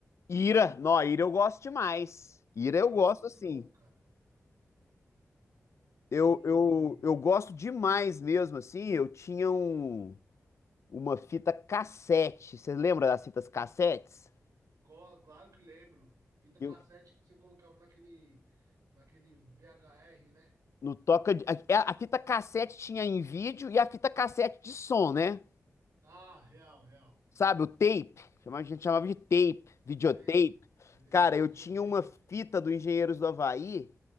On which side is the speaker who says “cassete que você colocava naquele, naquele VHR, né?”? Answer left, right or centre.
Right